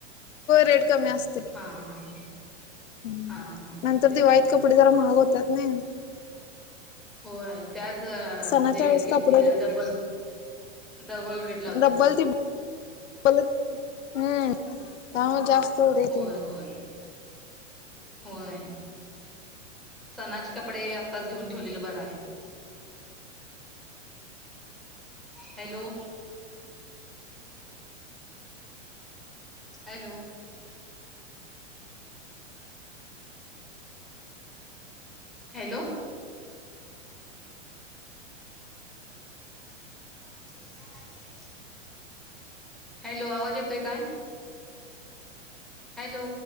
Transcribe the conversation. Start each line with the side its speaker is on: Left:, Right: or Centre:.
Left: रेट कमी असतोय.
Centre: हा हा हा!
Left: हम्म,
Centre: हा हा हा
Left: नंतर
Centre: तेच
Left: दिवाळीत
Centre: की
Left: कपडे जरा महाग होतात नाय?
Centre: होय त्याच म्हणजे
Left: सणाच्या वेळेस
Centre: किंमती
Left: कपडे
Centre: डबल डबल रेट
Left: हम्म
Centre: लावत्यात
Left: डबल टिबल त्यामुळे
Centre: हो
Left: जास्त होतंय
Centre: होय
Left: ते.
Centre: होय होय सणाची कपडे आताच घेऊन ठेवलेलं बरं हाय. हॅलो! हॅलो! हॅलो! <inaudible> हॅलो आवाज येतोय काय? हॅलो!